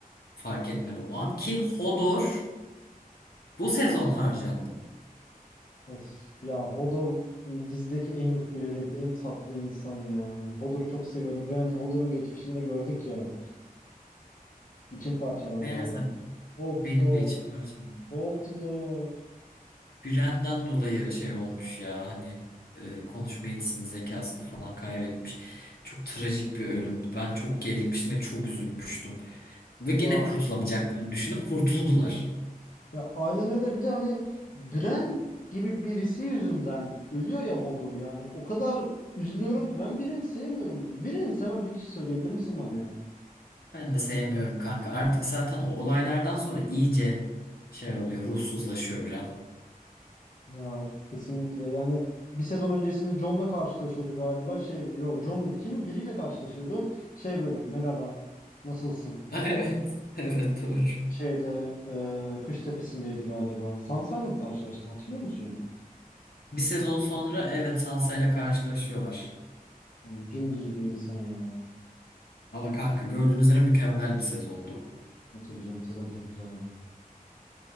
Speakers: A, on the left (about 90°); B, on the left (about 60°).
A: fark etmedi o an ki Hodor bu sezon harcandı.
B: Of ya Hodor dizdeki en yufka yürekli, en tatlı insan ya. Hodor'u çok seviyordum ve hani Hodor'un geçmişini de gördük ya. İçim parçalandı
A: Meğerse
B: orada. Hold the
A: benim
B: door,
A: de içim parçalandı.
B: hold the door.
A: Biren'den dolayı şey olmuş ya hani e, konuşma yetisini zekasını falan kaybetmiş. Çok trajik bir ölümdü. Ben çok gerilmiştim ve çok üzülmüştüm. Ve gene
B: Ya
A: kurtulamayacaklarını düşündüm. Kurtuldular.
B: ya aynen öyle bir de hani Bren gibi birisi yüzünden ölüyor ya Hodor yani. O kadar üzülüyorum ki ben Bren'i sevmiyorum. Bren'i seven bir kişi söyleyebilir misin bana ya?
A: Ben de sevmiyorum kanka. Artık zaten o olaylardan sonra iyice şey oluyor. Ruhsuzlaşıyor Biren.
B: Ya of, kesinlikle yani bir sezon öncesinde John'la karşılaşıyordu galiba şey yo John muydu kimdi biriyle karşılaşıyordu şey böyle merhaba nasılsın
A: <laughs> Evet. Evet doğru.
B: şeyde e, Kış Tepesi'ndeydi galiba Sansa'yla mı karşılaştı hatırlıyor musun ya
A: Bir sezon sonra evet Sansa ile karşılaşıyorlar.
B: Lan dümdüz bir insan ya
A: Ama kanka gördüğünüz üzere mükemmel bir sezondu.
B: Ya tabii canım sezon çok güzeldi